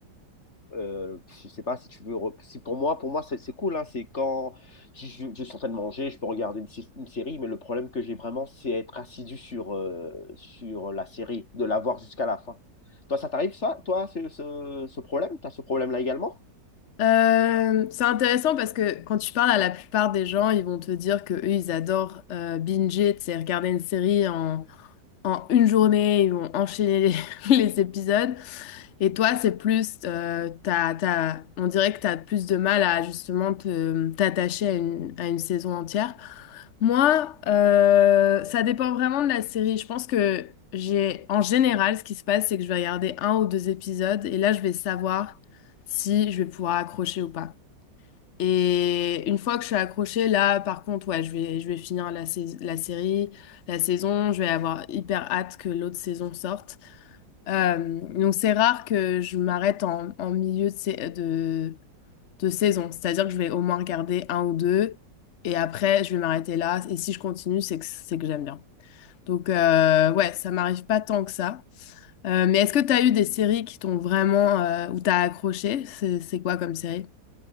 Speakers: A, on the left; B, on the left.
A: euh, je sais pas si tu veux. re- Si pour moi, pour moi, c'est c'est cool. hein, c'est quand si je, je suis en train de manger, je peux regarder une, sé- une série. Mais le problème que j'ai vraiment, c'est être assidu sur euh, sur la série, de la voir jusqu'à la fin. Toi, ça t'arrive ça? Toi, c'est ce, ce problème? T'as ce problème-là également?
B: Euh, c'est intéressant parce que quand tu parles à la plupart des gens, ils vont te dire que eux, ils adorent euh, binger, c'est regarder une série en, en une journée, ils vont enchaîner les, <laughs> les épisodes. Et toi, c'est plus, euh, t'as, t'as- on dirait que t'as plus de mal à justement te, t'attacher à une, à une saison entière. Moi, euh, ça dépend vraiment de la série. Je pense que j'ai, en général, ce qui se passe, c'est que je vais regarder un ou deux épisodes et là, je vais savoir si je vais pouvoir accrocher ou pas. Et une fois que je suis accrochée, là, par contre, ouais, je vais, je vais finir la, sais- la série, la saison. Je vais avoir hyper hâte que l'autre saison sorte. Euh, donc, c'est rare que je m'arrête en, en milieu de, sais- de, de saison. C'est-à-dire que je vais au moins regarder un ou deux. Et après, je vais m'arrêter là. Et si je continue, c'est que, c'est que j'aime bien. Donc, euh, ouais, ça m'arrive pas tant que ça. Euh, mais est-ce que tu as eu des séries qui t'ont vraiment... euh, où t'as accroché? C'est c'est quoi comme série?